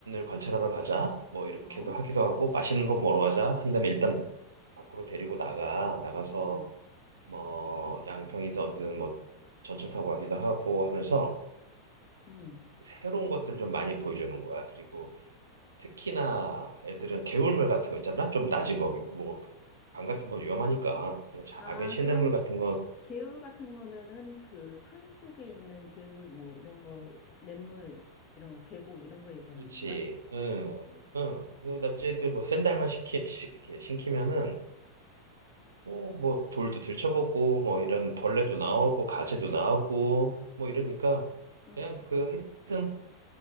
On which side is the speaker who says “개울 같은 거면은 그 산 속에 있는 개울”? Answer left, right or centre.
Left